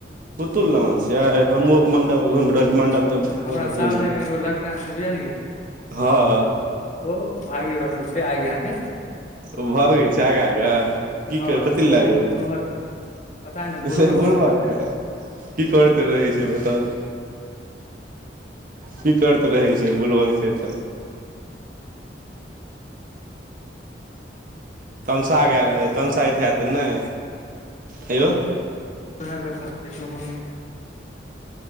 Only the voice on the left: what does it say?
हूँ
हमरा
सामने मे एगो लड़का छै बुझलही
ओ भाग रहल छै आगे आगे
हँ
तऽ ओ
बहुत
उर्वक पता नहि पूर्वक
छै
<inaudible> देखियौ हम्मर मोन